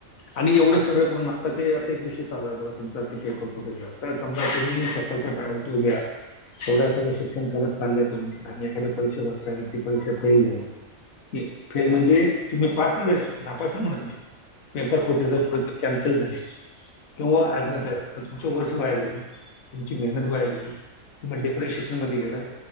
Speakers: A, on the left (about 80°); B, on the right (about 50°).
A: आणि एवढं
B: हो
A: सगळं करून आता ते आता एक विषय चालू आहे बघा, तुमचा ते पेपर फुटेजला तर समजा तुम्ही सकाळच्या पॅनलतुनन उभे आहात. एवड्या सगळं शिक्षण करत चाललंय तुम्ही आणि एखाद्या परीक्षा बर ती परीक्षा फेल झाली. फेल म्हणजे तुम्ही पास <unintelligible> नापास नाही म्हणत मी, पेपर
B: असं
A: फुटीमूळे कॅन्सल झाले किंवा आणखी
B: सर
A: काहि तर तुमचं वर्ष वाया गेलं, तुमची मेहनत वाया गेली तुम्ही डिप्रेशन मध्ये गेला.